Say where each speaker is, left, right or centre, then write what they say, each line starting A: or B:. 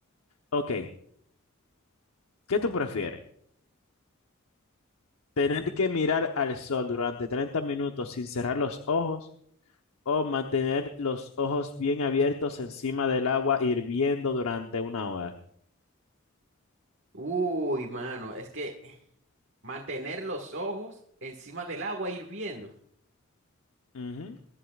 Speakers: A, on the left; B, on the right.
A: Ok, ¿qué tú prefieres? Tener que mirar al sol durante 30 minutos sin cerrar los ojos o mantener los ojos bien abiertos encima del agua hirviendo durante una hora.
B: Uy, mano, es que mantener los ojos encima del agua hirviendo.
A: Ujú.